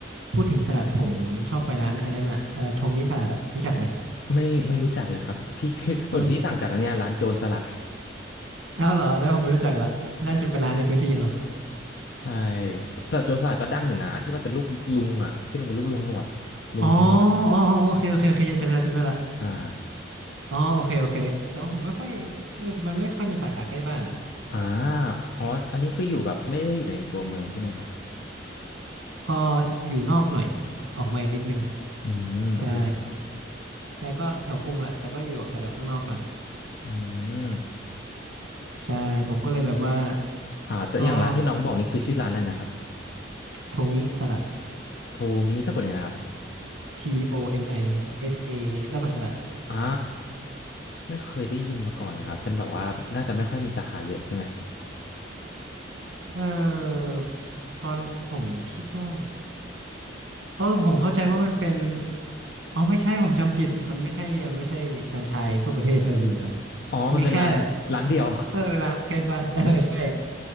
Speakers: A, on the right; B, on the left.
A: พูดถึงสลัดผมชอบไปร้านอะไรน่ะเออโทมิสลัดอะรู้จักไหม
B: ไม่ไม่รู้จักเลยครับพี่ <laughs>
A: เออ
B: วัน <laughs> ที่สั่งจากอันเนี้ยร้านโจรสลัด
A: เอาเหรอเดี๋ยวผมไม่รู้จักละนั่นจะเป็นร้านในพื้นที่เนาะ
B: ใช่ก็แต่โจรสลัดก็ดังอยู่นะที่มันเป็นรูปลุงอ่ะที่มันเป็นรูปลุงหนวดลุงมีหนวด
A: อ๋ออ๋ออ๋อโอเคโอเคโอเคจำได้ละจำได้ละ
B: อ่า
A: อ๋อโอเคโอเคแต่ว่าผมไม่ค่อยไม่รู้สึกมันไม่ค่อยมีสาขาใกล้บ้านอะ
B: อ่าอ๋ออันนี้คืออยู่แบบไม่ได้อยู่ในตัวเมืองใช่ไหมครับ
A: ก็อยู่นอกหน่อยออกมาอีกนิดนึง
B: อืมโอเคครับ
A: ใช่ใช่ก็แถวกรุงแหละแต่ก็อยู่แถวๆข้างนอกหน่อย
B: อืม
A: ใช่ผมก็เลยแบบว่า
B: อ่าแต่อย่างร้านที่น้องบอกนี่คือชื่อร้านอะไรนะครับ
A: ก็โทมิสลัด
B: โทมิสักคนหนึ่งนะครับ
A: T O M I S A แล้วก็สลัด
B: อ่าไม่เคยได้ยินมาก่อนเลยครับ เป็นแบบว่าน่าจะไม่ค่อยมีสาขาเยอะใช่ไหม
A: เออตอนผมคิดว่าเออผมเข้าใจว่ามันเป็นอ๋อไม่ใช่ผมจำผิดมันไม่ใช่มันไม่ใช่แฟรนไชส์ทั่วประเทศเออลืมไป
B: อ๋อมันเป็นร้านร้านเดียว
A: มีแค่เออร้านใกล้บ้านเออใช่